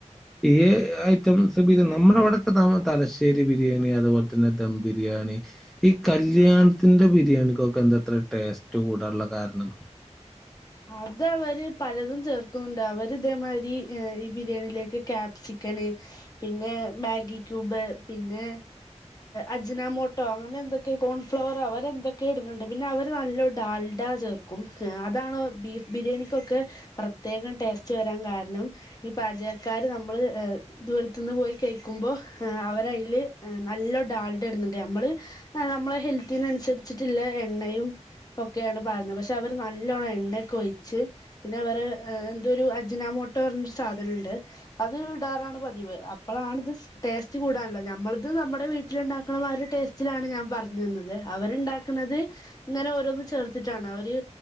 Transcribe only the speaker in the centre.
ഈ ഐറ്റം സ് പിന്നെ നമ്മടെവ്ടൊക്കെ തം തലശ്ശേരി ബി ബിരിയാണി അതുപോലെ തന്നെ ദം ബിരിയാണി ഈ കല്യാണത്തിന്റെ ബിരിയാണിക്കൊക്കെ എന്തത്ര ടേസ് റ്റു കൂടാനുള്ള കാരണം